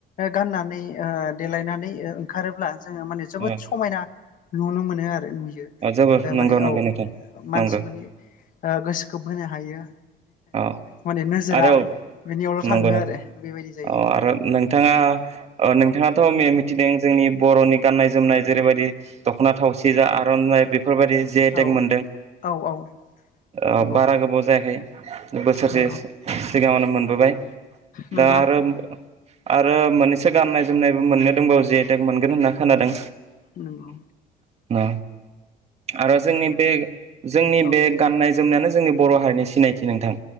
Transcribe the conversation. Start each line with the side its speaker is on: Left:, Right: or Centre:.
Left: गाननानै आ देलायनानै ओंखारोब्ला जोङो माने जोबोद
Right: औ
Left: समायना नुनो मोनो आर नुयो
Right: जोबोर नंगौ
Left: माने
Right: नंगौ
Left: औ
Right: नोंथां
Left: मानसिफोरनि
Right: नंगौ
Left: ओ गोसोखौ बोनो हायो।
Right: औ
Left: माने नोजोरा
Right: आरौ
Left: बिनियावल' थाङो
Right: नंगौ नो
Left: आरो बेबायदि जायो
Right: अ आरो नोंथाङा नों थाङाथ' मि-मिथिदों जोंनि बर'नि गान्नाय जोमनाय जेरैबायदि दख'ना थावसि जा आर'नाइ बेफ फोरबायदि जि आइ
Left: औ
Right: टेक मोनदों
Left: औ औ
Right: ओ
Left: नंगौ
Right: बारा गोबाव जायाखै <inaudible> बोसोरसे
Left: नंगौ
Right: सिगाङावनो मोन बोबाय
Left: नंगौ
Right: दा आरो आरो मानैस गाननाय जोमनायबो मोननो दंबावो जि आइ टेक मोनगोन होनना खोनादों
Left: नोंगौ
Right: <unintelligible> आरो जोंनि बे जोंनि
Left: औ
Right: बे गाननाय जोमनायानो जोंनि बर' हारिनि सिनायथि नोंथां